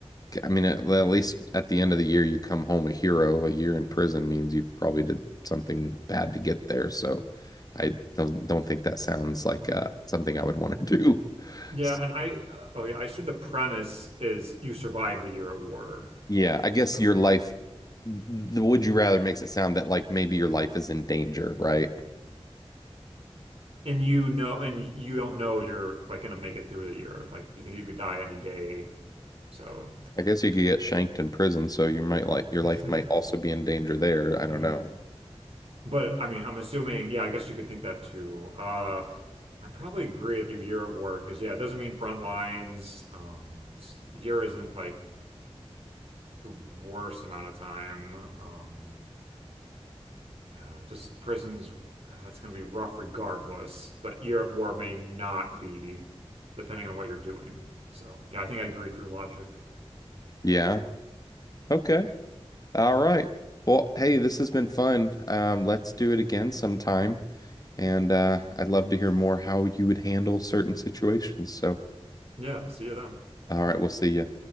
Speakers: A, on the left; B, on the right.
A: I mean, at, well, at least at the end of the year, you come home a hero. A year in prison means you probably did something bad to get there. So I don't don't think that sounds like uh, something I would want to do. <laughs>
B: Yeah,
A: So,
B: and I uh, oh yeah, I assume the premise is you survive the year at war.
A: yeah, I guess
B: So
A: your life, the would you rather makes it sound that like maybe your life is in danger, right?
B: and you know and you don't know you're like gonna make it through the year. Like you think you could die any day. So
A: I guess you could get shanked in prison, so you might like your
B: <laughs>
A: life might also be in danger there.
B: mm.
A: I don't know.
B: But I mean I'm assuming yeah, I guess you could think that too. Uh I probably agree with you year at war because yeah, it doesn't mean front lines. Um it's- year isn't like the worst amount of time. Um Yeah, just prisons, uh, that's going to be rough regardless, but year at war may not be, depending on what you're doing. So, yeah, I think I agree through logic.
A: Yeah. Okay. All right. Well, hey, this has been fun. Um, let's do it again sometime. And uh, I'd love to hear more how you would handle certain situations. So,
B: Yeah, see you then.
A: all right, we'll see you.